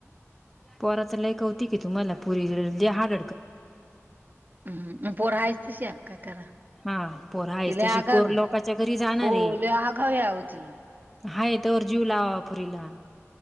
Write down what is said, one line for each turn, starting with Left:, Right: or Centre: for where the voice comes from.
Centre: पोराचं लय कोवतुक आहे तुम्हला पुरी हड
Right: हम्म पोरहायच तश या काय करा.
Centre: हा पोर हा आहे
Right: ती लय
Centre: तशी
Right: आगाव
Centre: पोर
Right: आहे
Centre: लोकाच्या घरी जाणार
Right: हो
Centre: आहे.
Right: लय आघाव ये ती
Centre: हाय तोवर जीव लावावा पोरीला